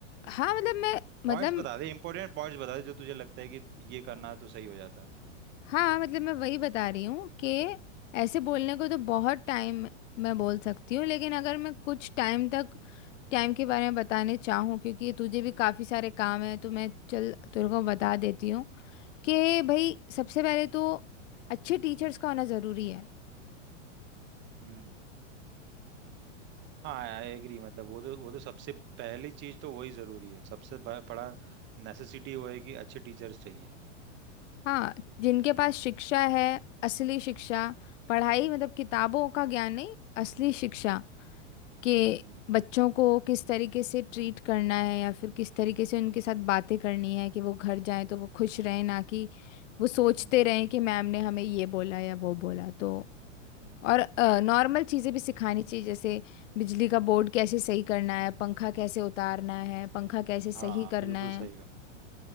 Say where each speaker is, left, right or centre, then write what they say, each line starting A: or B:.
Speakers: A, on the left; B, on the right.
A: हाँ मतलब मैं मतलब
B: पॉइंट्स बता दे इंपॉर्टेंट पॉइंट्स बता दे जो तुझे लगता है कि ये करना तो सही हो जाता
A: हाँ मतलब मैं वही बता रही हूँ कि ऐसे बोलने को तो बहुत टाइम मैं बोल सकती हूँ लेकिन अगर मैं कुछ टाइम तक टाइम के बारे में बताने चाहूँ क्योंकि तुझे भी काफ़ी सारे काम हैं तो मैं चल तेरे को बता देती हूँ कि भाई सबसे पहले तो अच्छे टीचर्स का होना ज़रूरी है
B: हम्म हाँ आई एग्री मतलब वो तो वो तो सबसे पहली चीज तो वही जरूरी है सबसे ब- बड़ा नेसेसिटी वो है कि अच्छे टीचर्स चाहिए
A: हाँ जिनके पास शिक्षा है असली शिक्षा पढ़ाई मतलब किताबों का ज्ञान नहीं असली शिक्षा के
B: हम्म
A: बच्चों को किस तरीके से ट्रीट करना है या फिर किस तरीके से उनके साथ बातें करनी है कि वो घर जाएं तो वो खुश
B: हम्म
A: रहें ना कि वो सोचते
B: हम्म
A: रहें कि मैम ने हमें ये बोला या वो बोला तो
B: हम्म,
A: और नॉर्मल चीज़ें भी सिखानी चाहिए जैसे बिजली का बोर्ड
B: हम्म।
A: कैसे सही करना है पंखा कैसे उतारना है पंखा कैसे सही
B: हाँ
A: करना
B: बिल्कुल
A: है
B: सही कहा।